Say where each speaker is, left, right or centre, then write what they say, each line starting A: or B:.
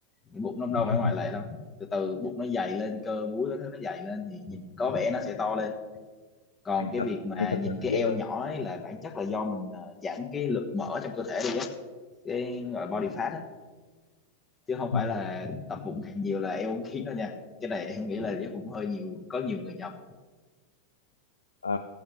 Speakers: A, on the left; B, on the left.
A: thì bụng nó đâu
B: <laughs>
A: phải ngoại lệ đâu từ từ bụng nó dày lên cơ múi nó thứ nó dày lên thì nhìn có vẻ nó sẽ to lên còn
B: anh
A: cái
B: tập
A: việc mà
B: anh tập
A: nhìn
B: thuần
A: cái
B: túy
A: eo
B: thôi
A: nhỏ ấy là bản chất là do mình ờ, giảm cái lượng mỡ trong cơ thể đi á cái nó gọi là body fat á chứ không
B: <laughs>
A: phải là tập bụng càng nhiều là eo uốn khiến đâu nha cái này em nghĩ là chắc cũng hơi nhiều có nhiều người nhầm
B: Ờ,